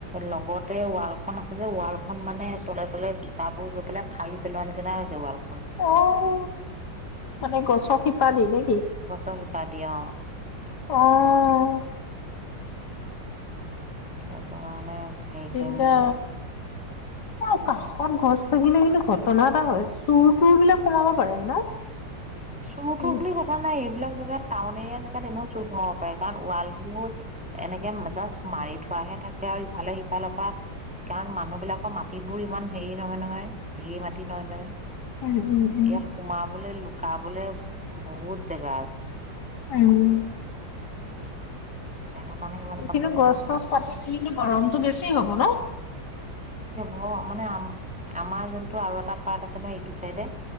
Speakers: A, in the centre; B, on the left (about 60°).
A: লগতে ৱালখন আছে যে ৱালখনন মানে তলে তলে শিপাবোৰ গৈ পেলাই ফালি পেলোৱা নিচিনা হৈছে ৱাল
B: অঅঅ মানে গছৰ শিপ পা নিনে
A: গছ শিপ শিপা দি অ'।
B: অ'।
A: সেইটো কাৰণে হেৰি
B: বিনদা,
A: কৰিম বুলি কৈছে
B: অ কাষত গছ গছ থাকিলে কিন্তু ঘটনা এটা হয় চুৰ তুৰ বিলাক সোমাব পাৰে ন।
A: চুৰটো
B: উম,
A: বুলি কথা নাই এ এইবিলাক জেগাত টাউন এৰিয়া জেগাত এনেও চুৰ সোমাব পাৰে কাৰণ ৱালবোৰ এনেকে জাষ্ট মাৰি থোৱাহে থাকে আৰু ইফালে সিফালৰ পৰা কাৰণ মানুহ বিলাকৰ মাটিবোৰ ইমান হেৰি নহয় নহয় ধেৰ মাটি নহয় নহয়।
B: উম, উম, উম,
A: ইয়াত সোমাবলৈ ল কাবলে বহুত জেগা আছে।
B: উম।
A: সেইটো কাৰণে ইমান কথা
B: কিন্তু
A: নাই
B: গছ চছ কাটি কিন্তু গৰমটো বেছি হ'ব ন?
A: অ', মানে আ-আমাৰ যোনটো আৰু এটা পাৰ্ট আছে ন এইটো চাইডে